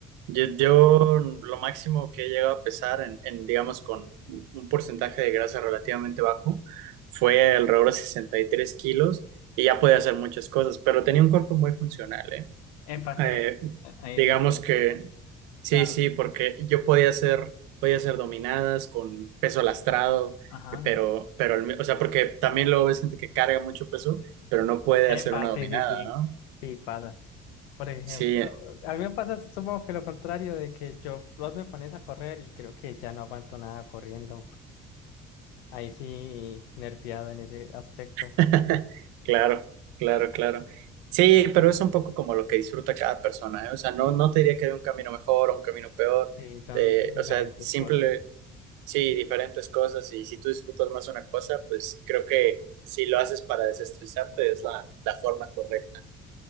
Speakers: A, on the right; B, on the left.
A: Yo, yo lo máximo que he llegado a pesar en, en, digamos, con un un porcentaje de grasa relativamente bajo fue alrededor de 63 kilos y ya podía hacer muchas cosas, pero tenía un cuerpo muy funcional, ¿eh?
B: Epa, sí,
A: Eh,
B: ahí
A: digamos
B: diferente.
A: que
B: O
A: sí,
B: sea,
A: sí, porque yo podía hacer, podía hacer dominadas con peso lastrado,
B: ajá.
A: eh, pero, pero, el me- o sea, porque también luego ves gente que carga mucho peso, pero no puede
B: Epa,
A: hacer una dominada,
B: sí, sí, sí.
A: ¿no?
B: Sí, pasa. Por ejemplo,
A: Sí,
B: a mí me pasa, supongo que lo contrario de que yo, vos me pones a correr y creo que ya no aguanto nada corriendo. Ahí sí, nerfeado en ese aspecto.
A: <laughs> claro, claro, claro. Sí, pero es un poco como lo que disfruta cada persona, ¿eh? O sea, no, no te diría que hay un camino mejor o un camino peor.
B: Sí, son
A: eh,
B: diferentes
A: o sea, simple,
B: cosas.
A: Sí, diferentes cosas y si tú disfrutas más una cosa, pues creo que si lo haces para desestresarte es la, la forma correcta.